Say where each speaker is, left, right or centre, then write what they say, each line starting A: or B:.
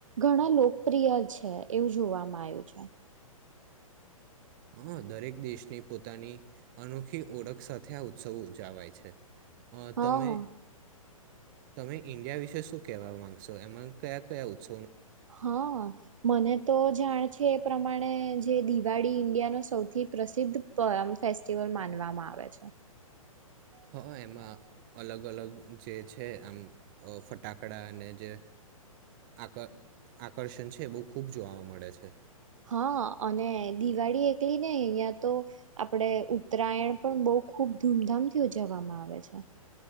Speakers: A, on the right (about 60°); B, on the right (about 35°).
A: ઘણા લોકપ્રિય છે એવું જોવાવામાં આવ્યું છે.
B: હ દરેક દેશની પોતાની અનોખી ઓળખ સાથે આ ઉત્સવ ઉજાવાય છે. અ
A: હા
B: તમે? તમે ઈન્ડિયા વિશે શું કેવા માંગશો એમાં કયા કયા ઉત્સ
A: હા મને તો જાણે છે એ પ્રમાણે જે દિવાળી ઇન્ડિયા ન સૌથી પ્રસિદ્ધ ફેસ્ટિવલ માનવામાં આવે છે.
B: હ એમાં અલગ અલગ જે છે આમ ફટાકડા અને, જે આક આકર્ષણ છે એ બહુ ખૂબ જોવા મળે છે.
A: હા અને દિવાળી એકલી નને અહિયાં તો, આપડે ઉત્તરાયણ પણ બહ ખૂબ ધૂમધામથી ઉજવવામાં આવે છે.